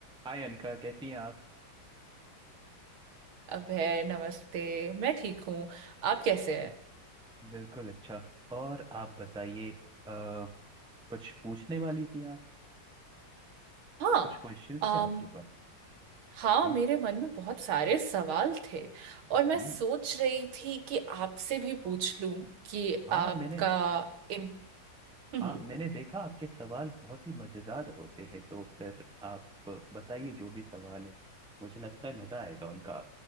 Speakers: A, in the centre; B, on the right.
A: हाय अनका कैसी हैं आप
B: अभय नमस्ते मैं ठीक हूँ आप कैसे हैं
A: बिल्कुल अच्छा और आप बताइए अ, कुछ पूछने वाली थी आप
B: हाँ
A: कुछ क्वेश्चंस
B: अम
A: थे आपके पास
B: हाँ
A: हम्म
B: मेरे मन में बहुत सारे सवाल थे और मैं
A: हम्म
B: सोच रही थी कि आपसे भी पूछ लूं कि
A: हाँ
B: आपका
A: मैंने
B: इन हम्म,
A: हाँ मैंने देखा आपके सवाल बहुत ही मजेदार होते हैं तो फिर आप बताइए जो भी सवाल है मुझे लगता है मजा आएगा उनका